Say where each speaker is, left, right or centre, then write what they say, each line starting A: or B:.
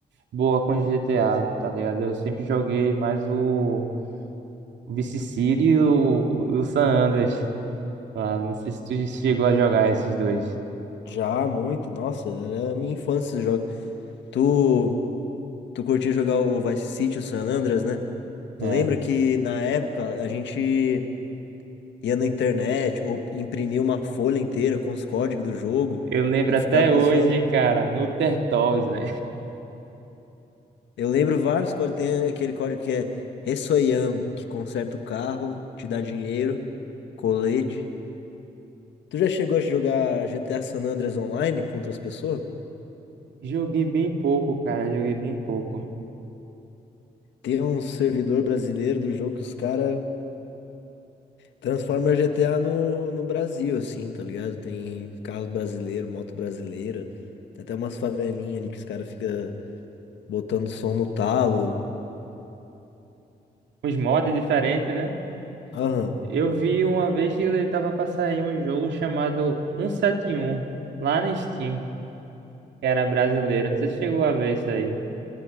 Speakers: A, on the right (about 80°); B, on the left (about 85°).
A: boa com GTA, tá ligado? Eu sempre joguei mais o o Vice City e o, o San Andreas. lá. não sei se tu chegou a jogar esses dois,
B: Já, muito, nossa, era a minha infância esse jogo. Tu, tu curtia jogar o Vice City, o San Andreas, né? Tu
A: né?
B: lembra que na época a gente. ia na internet ou imprimia uma folha inteira com os códigos do jogo
A: Eu lembro
B: e
A: até
B: ficava
A: hoje,
B: usando.
A: cara, no Tertós, né?
B: Eu lembro vários códigos, tem aquele código que é Ressoyam, que conserta o carro, te dá dinheiro, colete. Tu já chegou a jogar GTA San Andreas online contra as pessoas?
A: Joguei bem pouco, cara. Joguei bem pouco.
B: Tem um servidor brasileiro do jogo que os caras transformam GTA no, no Brasil, assim, tá ligado? Tem carros brasileiros, moto brasileira, tem até umas favelinhas ali que os caras ficam botando som no talo.
A: Os mods diferentes, né?
B: Aham.
A: Eu vi uma vez que ele tava pra sair um jogo chamado 171 lá na Steam, que era brasileiro. Não sei se chegou a ver isso aí.